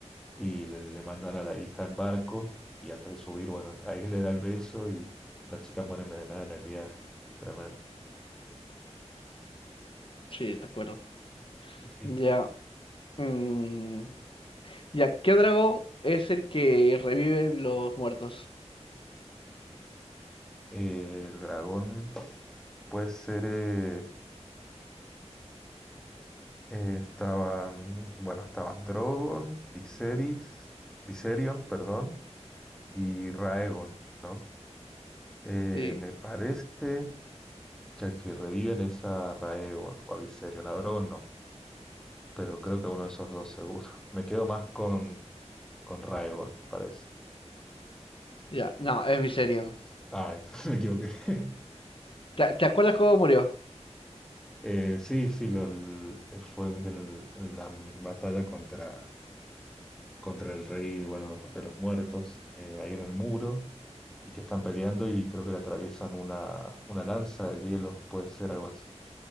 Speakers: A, in the centre; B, on the left (about 50°).
A: y le, le mandan a la hija en barco y antes de subir, bueno, ahí le da el beso y la chica muere envenenada en el viaje, es tremendo.
B: sí, recuerdo.
A: Ujú.
B: Ya, mm, ya, ¿qué dragón es el que revive los muertos?
A: Eh, el dragón puede ser. eh, eh, estaban. Bueno, estaban Drogon, Viserys, Viserion, perdón, y Raegon, ¿no? Eh,
B: Sí,
A: me parece Que al que reviven es a Raegon o a Viserion. A Drogon no. Pero creo que a uno de esos dos seguro. <laughs> Me quedo más con, con Raegon, me parece.
B: ya, no, es Viserion.
A: Ah, <laughs> me equivoqué. <laughs>
B: ¿Te, te acuerdas cómo murió?
A: Eh, sí, sí, lo, l- fue en la batalla contra, contra el rey, bueno, de los muertos, eh, ahí en el muro, y que están peleando y creo que le atraviesan una, una lanza de hielo, puede ser algo así.